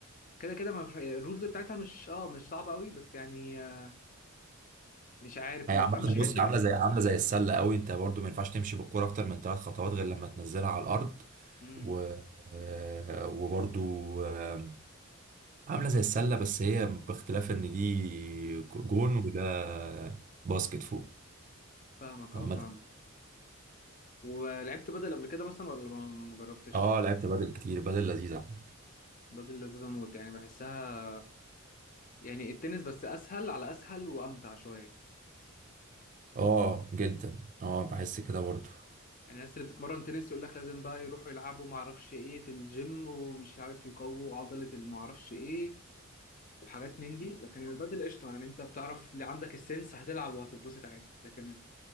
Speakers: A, on the left; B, on the right.
A: كده كده ما ف... الرولز بتاعتها مش اه مش صعبه قوي بس يعني آه مش عارف
B: هي
A: ما
B: عامه
A: بفهمش حته
B: بص عامله زي عامله زي السله قوي انت برضو ما ينفعش تمشي بالكوره اكتر من ثلاث خطوات غير لما تنزلها على الارض
A: امم
B: و آه، وبرضو آه، عامله زي السله بس هي باختلاف ان دي جون وده باسكت فوق
A: فاهمك
B: عامه
A: اه فاهم ولعبت بدل قبل كده مثلا ولا ما ما جربتش
B: اه لعبت بدل كتير بدل لذيذة عامة
A: بدل لذيذه موت يعني بحسها يعني التنس بس اسهل على اسهل وامتع شويه
B: اه جدا اه بحس كده برضه
A: يعني الناس اللي بتتمرن تنس يقول لك لازم بقى يروحوا يلعبوا ما اعرفش ايه في الجيم ومش عارف يقووا عضله اللي ما اعرفش ايه وحاجات من دي لكن البادل قشطة يعني انت بتعرف اللي عندك السنس هتلعب وهتتبسط عادي لكن